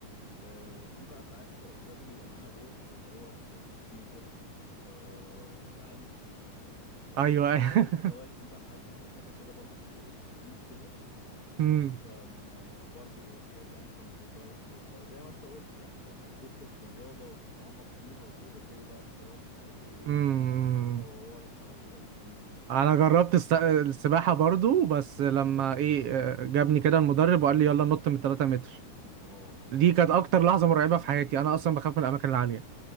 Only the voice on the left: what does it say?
آه في بقى ساعات لازم يبقى معانا بورد اللي هو بتمسك فيه كده آه الزعانف الحاجات
بقى
اللي هي الادوات
دي بقى عارف في حاجة كده برضو بتتلبس في الايد كده
كان آه، برضو حاجات يعني كنا بنتدرب فيها فزي ما انت قلت يعني لما بتدخل في الرياضة وتتعمق فيها وكده تلاقي بقى الأدوات بتاعتها ايه
طورت معاك وبقت في ايدك
اه